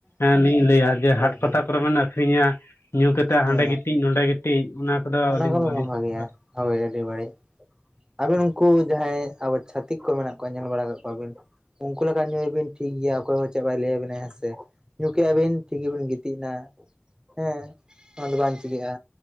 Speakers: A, on the left; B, on the right.
A: ᱮᱸ ᱞᱤᱧ ᱞᱟᱹᱭᱟ ᱡᱮ,
B: ᱦᱳᱭ
A: ᱦᱟᱴ ᱯᱟᱛᱟ
B: ᱦᱳᱭ
A: ᱠᱚᱨᱮ ᱵᱚᱱ ᱟᱹᱠᱷᱨᱤᱧᱟ, ᱧᱩ ᱠᱟᱛᱮᱜ
B: ᱦᱮᱸ
A: ᱦᱟᱸᱰᱮ ᱜᱤᱛᱤᱡ ᱱᱚᱰᱮ ᱜᱤᱛᱤᱡ ᱚᱱᱟ ᱠᱚᱫᱚ
B: ᱚᱱᱟ
A: ᱟᱹᱞᱤᱧ ᱵᱟᱞᱤᱧ
B: ᱵᱟᱝ
A: ᱥᱟᱯᱚᱴᱟᱜ-ᱟ
B: ᱵᱷᱟᱜᱮᱭᱟ
A: <inaudible>
B: ᱦᱳᱭ ᱟᱹᱰᱤ ᱵᱟᱹᱲᱤᱡ ᱟᱵᱤᱱ ᱩᱱᱠᱩ ᱡᱟᱦᱟᱸᱭ ᱟᱵᱚ ᱪᱷᱟᱛᱤᱠ ᱠᱚ ᱢᱮᱱᱟᱜ ᱠᱚᱣᱟ, ᱧᱮᱞ ᱵᱟᱲᱟ ᱠᱟᱜ ᱠᱚᱣᱟ ᱵᱤᱱ! ᱩᱱᱠᱩ ᱞᱮᱠᱟ ᱧᱩᱭ ᱵᱤᱱ᱾ ᱴᱷᱤᱠ ᱜᱮᱭᱟ ᱚᱠᱚᱭ ᱦᱚ ᱪᱮᱜ ᱵᱟᱭ ᱞᱟᱹᱭᱟᱹᱵᱤᱱᱟ, ᱦᱮᱸᱥᱮ ᱧᱩ ᱠᱮᱜᱼᱟ ᱵᱤᱱ ᱴᱷᱤᱠ ᱜᱮ ᱵᱤᱱ ᱜᱤᱛᱤᱡ ᱮᱱᱟ ᱦᱮᱸᱻ ᱚᱱᱟ ᱫᱚ ᱵᱟᱝ ᱪᱤᱠᱟᱹᱜᱼᱟ,